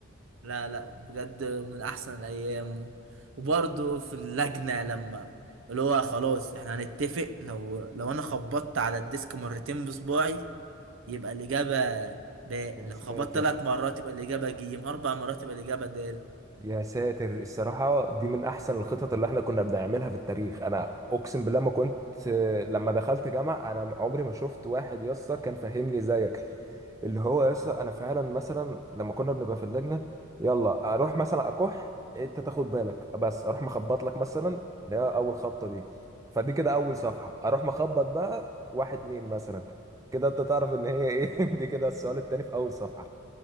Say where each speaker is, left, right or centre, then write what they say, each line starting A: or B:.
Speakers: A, on the right; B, on the right.
A: لا لا بجد من احسن الايام و- وبرضه في اللجنة لما اللي هو خلاص احنا هنتفق لو لو انا خبطت على الديسك مرتين بصباعي يبقى الإجابة باء
B: <laughs> يا
A: لو
B: ساتر
A: خبطت ثلاث مرات يبقى الإجابة جيم أربع مرات يبقى الإجابة د
B: يا ساتر الصراحة دي من أحسن الخطط اللي احنا كنا بنعملها في التاريخ أنا أقسم بالله ما كنت لما دخلت جامعة أنا عمري ما شفت واحد يسطا كان فاهمني زيك اللي هو يسطا أنا فعلا مثلا لما كنا بنبقى في اللجنة يلا أروح مثلا أكح أنت تاخد بالك بس أروح مخبط لك مثلا ده أول خبطة دي فدي كده أول صفحة أروح مخبط بقى واحد اتنين مثلا كده أنت تعرف إن هي إيه <laughs> دي كده السؤال التاني في أول صفحة